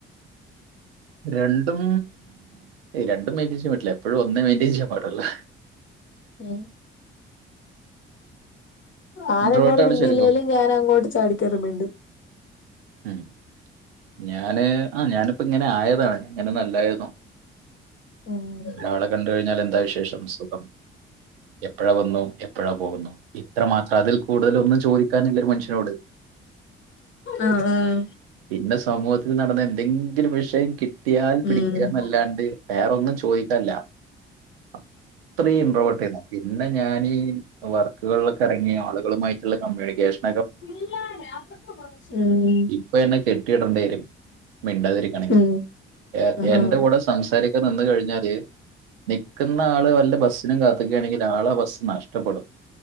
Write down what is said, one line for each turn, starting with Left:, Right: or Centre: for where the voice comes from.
Right: രണ്ടും രണ്ടും മെയിന്റയിൻ ചെയ്യാൻ പറ്റില്ല എപ്പോഴും ഒന്നേ മെയിന്റയിൻ ചെയ്യാൻ പാടുള്ള്
Left: ഉം ആരെന്നോട്
Right: ഇൻട്രോവേർട്ടാണ്
Left: മിണ്ടില്ലേലും
Right: ശരിക്കും
Left: ഞാൻ അങ്ങോട്ട് ചാടിക്കേറി മിണ്ടും
Right: ഉം ഞാന് ആ ഞാനിപ്പോ ഇങ്ങനെ ആയതാണ് ഇങ്ങനെന്നും അല്ലായിരുന്നു
Left: ഉം ഉം
Right: ഒരാളെ കണ്ട് കഴിഞ്ഞാലെന്താ വിശേഷം സുഖം എപ്പോഴ വന്നു പ്പോഴാ പോകുന്നു ഇത്ര മാത്രം അതിൽ കൂടുതലൊന്നും ചോദിക്കാനില്ല ഒരു മനുഷ്യനോട്
Left: ആഹ് ആഹ്
Right: പിന്നെ സമൂഹത്തിൽ നടന്ന എന്തെങ്കിലും വിഷയം കിട്ടിയാൽ പിടിക്കാന്നല്ലാണ്ട്
Left: ഉം
Right: വേറൊന്നും ചോദിക്കാനില്ല അത്രയും ഇംപ്രവേർട്ട് ചെയ്യുന്നു പിന്നെ ഞാനി വർക്കുകളിലൊക്കെ എറങ്ങി ആളുകളുമായിട്ടുള്ള കമ്മ്യൂണിക്കേഷൻ
Left: ഉം
Right: ഇപ്പൊ എന്നെ കെട്ടിയിടേണ്ടി വരും മിണ്ടാതിരിക്കണെങ്കില്
Left: ഉം ആഹ്
Right: എന്റെ കൂടെ സംസാരിക്കാൻ നിന്ന് കഴിഞ്ഞാല് നിക്കുന്ന ആള് വല്ല ബസ്സിനും കാത്ത് നിക്കാണെങ്കിൽ ആള ബസ്സ് നഷ്ടപ്പെടും